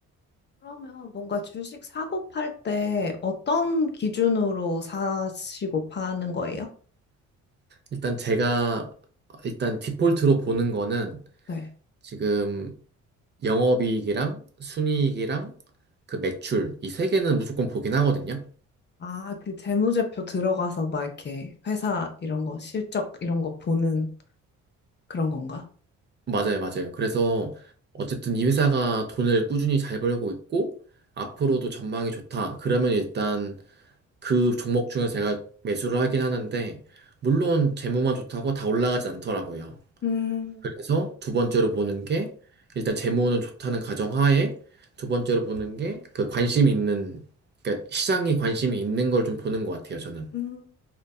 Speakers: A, on the left; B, on the right.
A: 그러면 뭔가 주식 사고 팔 때 어떤 기준으로 사시고 파는 거예요?
B: 일단 제가 일단 디폴트로 보는 거는
A: 네.
B: 지금 영업이익이랑 순이익이랑 그 매출 이 세 개는 무조건 보긴 하거든요.
A: 아, 그 재무제표 들어가서 막 이렇게 회사 이런 거 실적 이런 거 보는 그런 건가?
B: 맞아요, 맞아요. 그래서 어쨌든 이 회사가 돈을 꾸준히 잘 벌고 있고 앞으로도 전망이 좋다. 그러면 일단 그 종목 중에서 제가 매수를 하긴 하는데, 물론 재무만 좋다고 다 올라가지 않더라고요.
A: 음,
B: 그래서 두 번째로 보는 게, 일단 재무는 좋다는 가정하에, 두 번째로 보는 게 그 관심 있는, 그러니까 시장이 관심이 있는 걸 좀 보는 것 같아요, 저는.
A: 음,